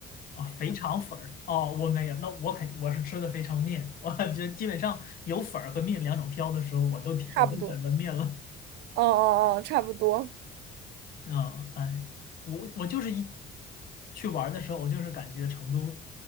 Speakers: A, on the left (about 60°); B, on the right (about 80°).
A: 啊，肥肠粉儿哦，我没有，那我肯我是吃的肥肠面，我感觉基本上有粉儿和面两种挑的时候，我都挺我都选择面了。
B: 差不多。哦哦哦，差不多。
A: 嗯，哎，我我就是一去玩儿的时候，我就是感觉成都